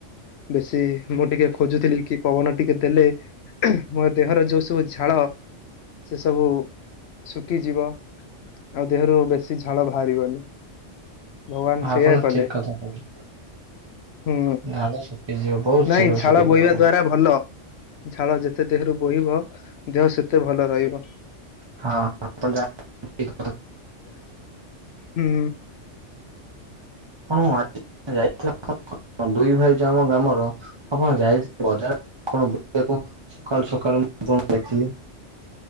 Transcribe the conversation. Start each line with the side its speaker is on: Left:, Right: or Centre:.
Left: ବେଶୀ ମୁଁ ଟିକେ ଖୋଜୁଥିଲି କି ପବନ ଟିକେ ଦେଲେ ମୋ ଦେହର ଯୋଉ ସବୁ ଝାଳ ସେ ସବୁ ଶୁଖିଯିବ ଆଉ ଦେହରୁ ବେଶୀ ଝାଳ ବାହାରିବନି। ଭଗବାନ
Right: ଆପଣ
Left: ସେଇୟା କଲେ।
Right: ଠିକ କଥା କହିଲେ
Left: ହୁଁ
Right: ଧାନ ଶୁଖିଯିବ ବହୁତ ଶୀଘ୍ର
Left: ନାଇଁ ଝାଳ
Right: ଶୁଖିଯିବ
Left: ବୋହିବା
Right: ଆପଣ।
Left: ଦ୍ଵାରା ଭଲ। ଝାଳ ଯେତେ ଦେହରୁ ବୋହିବ ଦେହ ସେତେ ଭଲ ରହିବ।
Right: ହଁ <unintelligible>
Left: ହୁଁ
Right: ହୁଁ ମଝି- ରେ ଯାଇଥିଲି। ହଁ ଦୁଇ ଭାଇ ଯାଉ ଆମ ଗ୍ରାମର ଆପଣ ଯାଇ ବଜାର କଣ ବୁଲିବାକୁ ସକାଳୁ ସକାଳୁ ମୁଁ ଆପଣଙ୍କୁ ଦେଖିଲି।